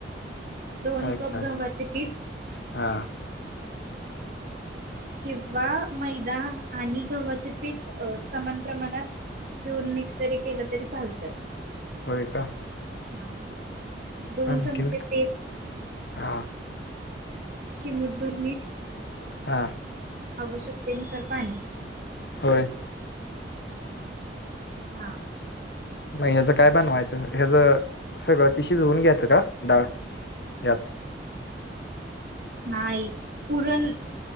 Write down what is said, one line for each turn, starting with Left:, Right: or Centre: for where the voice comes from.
Right: दोन
Left: काय
Right: कप
Left: काय
Right: ग्हाचे पीठ,
Left: हा
Right: किंवा मैदा आणि गव्हाचे पीठ समान प्रमाणात, घेऊन मिक्स जरी केलं तरी चालत.
Left: होय का?
Right: हा दोन
Left: आणखीन
Right: चमचे तेल
Left: हा.
Right: चिमुटभर मीठ
Left: हा.
Right: आवश्यकतेनुसार पाणी
Left: होय.
Right: हा.
Left: नाही ह्याचं काय बनवायचं ह्याच सगळं ति शिजवून घ्यायचं का डाळ हात.
Right: नाही पुरण